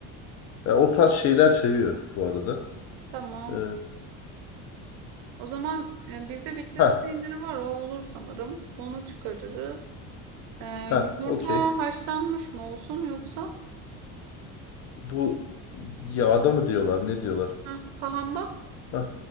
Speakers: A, on the left; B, on the right.
A: ya o tarz şeyler seviyor bu arada.
B: Tamam.
A: E,
B: O zaman e, bizde Bitlis
A: ha
B: peyniri var. O olur sanırım. Onu çıkarırız. E,
A: ha
B: yumurta
A: okey.
B: haşlanmış mı olsun yoksa?
A: Bu yağda mı diyorlar ne diyorlar?
B: Hı, sahanda?
A: Heh.